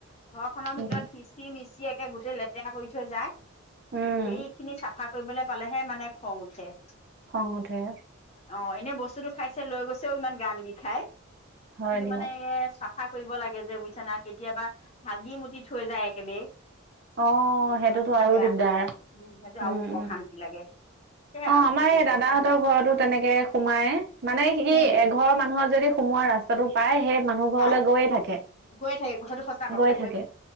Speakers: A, on the left (about 30°); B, on the right (about 50°).
A: ঘৰখনৰ
B: উম
A: ভিতৰত পিচি মিচি এক। কে গোটেই লেতেৰা কৰি থৈ যায়
B: উম
A: সেই খিনি চাফা। কৰিবলৈ পালেহে মানে খং উঠে।
B: খং উঠে।
A: অ এনে বস্তুতটো খাইছে লৈ গৈছেও ইমান গান বিষাই।
B: হয়
A: কিন্তু
B: দিয়ক
A: মানে এ চ। সা কৰিব লাগে যে বু। চেনা কেতিয়াবা ভাগি মুতি থৈ যায় একেবে।
B: অ
A: মাথা
B: সেইটোতো
A: চাথা
B: আৰু
A: বেয়া
B: দিগদাৰ
A: হৈ যায়
B: উম
A: আৰু
B: উম
A: অশান্তি লাগে। সেয়াই
B: অ
A: আৰু
B: আমাৰ
A: কি কৰিবা
B: এই দাদাহঁতৰ
A: উপায় নাই
B: ঘৰতো তেনেকে সোমায় মানে স
A: উম
B: এঘৰ মানুহৰ যদি সোমোৱা ৰাস্তাটো পায়হে। মানুহ ঘৰলৈ
A: পাই
B: গৈয়ে থাকে।
A: গৈ থাকে সেইটো সঁচা কথা
B: গৈ থাকে